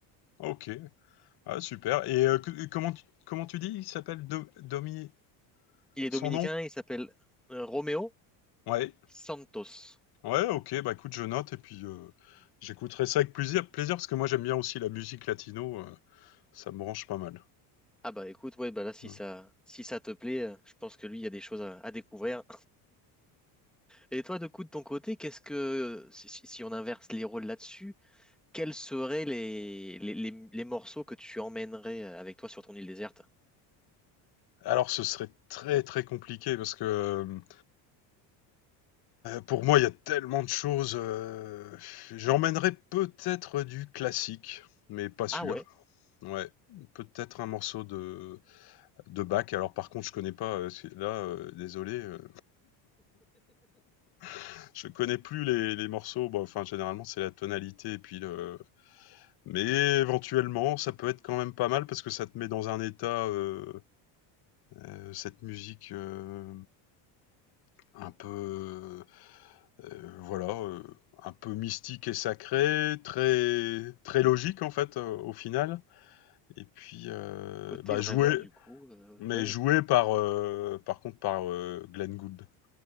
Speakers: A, on the left; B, in the centre.
A: Ok. Ah, super. Et euh, que- comment tu, comment tu dis? Il s'appelle Do- Domi,
B: Il est
A: Son
B: dominicain,
A: nom?
B: il s'appelle euh, Romeo
A: Ouais.
B: Santos.
A: Ouais, OK, bah, écoute, je note et puis, heu, j'écouterai ça avec plusi plaisir parce que moi j'aime bien aussi la musique latino, heu, ça me branche pas mal.
B: Ah bah écoute, ouais, bah là, si
A: Mmh.
B: ça, si ça te plaît, euh, je pense que lui, il y a des choses à, à découvrir. Et toi, de coup, de ton côté, qu'est-ce que, si, si- si on inverse les rôles là-dessus, quels seraient les, les, les- les morceaux que tu emmènerais euh, avec toi sur ton île déserte?
A: Alors ce serait très, très compliqué parce que, hem, pour moi il y a tellement de choses, heu, j'emmènerais peut-être du classique, mais pas sûr.
B: Ah ouais,
A: Ouais, peut-être un morceau de de Bach. Alors par contre, je connais pas, heu, c'est là, heu, désolé, heu, <laughs> je connais plus les les morceaux, bah, enfin généralement c'est la tonalité et puis le Mais éventuellement, ça peut être quand même pas mal parce que ça te met dans un état, heu, heu, cette musique, heu, un peu, heu, voilà, heu, un peu mystique et sacrée, très très logique en fait, heu, au final. Et puis, heu,
B: côté
A: bah,
B: vraiment
A: joué,
B: du coup, euh,
A: mais
B: ouais.
A: joué par, heu, par contre par, heu, Glenn Gould,